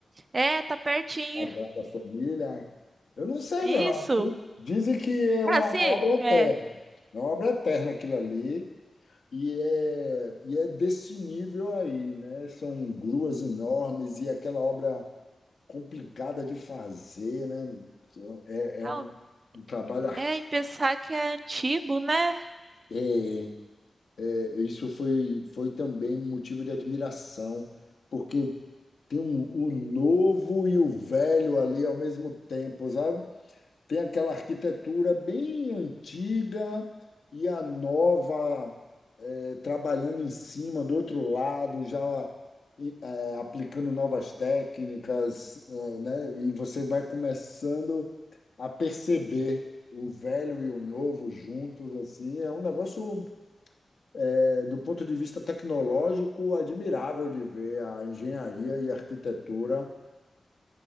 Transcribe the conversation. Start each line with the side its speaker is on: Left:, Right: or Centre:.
Right: É, tá pertinho.
Left: Sagrada Família. Eu não sei,
Right: Isso.
Left: não. viu? Dizem que é uma
Right: Ah, sim.
Left: obra eterna.
Right: É.
Left: É uma obra eterna aquilo ali. E é, e é desse nível aí, né? São gruas enormes e aquela obra complicada de fazer, né? É, é
Right: Não,
Left: um, um trabalho artístico.
Right: é, e pensar que é antigo, né?
Left: É, é, isso foi, foi também motivo de admiração, porque tem um- o novo e o velho ali ao mesmo tempo, sabe? tem aquela arquitetura bem antiga e a nova eh, trabalhando em cima do outro lado, já e, eh, aplicando novas técnicas, eh, né? E você vai começando a perceber o velho e o novo juntos, assim, é um negócio eh, do ponto de vista tecnológico admirável de ver a engenharia e a arquitetura